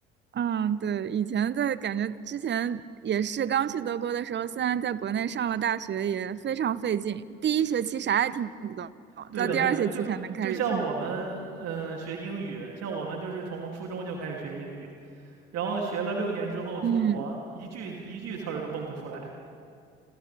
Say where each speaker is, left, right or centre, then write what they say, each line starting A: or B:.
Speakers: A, on the right; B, on the right.
A: 嗯，对，以前在感觉之前也是刚去德国的时候，虽然在国内上了大学，也非常费劲，第一学期啥也听不懂，
B: 对的，
A: 到第二学期才能开始听懂。
B: 对的，就就像我们嗯、呃学英语，像我们就是从初中就开始学英语，然后学了六年之后出国，
A: 嗯，
B: 一句一句词儿都蹦不出来，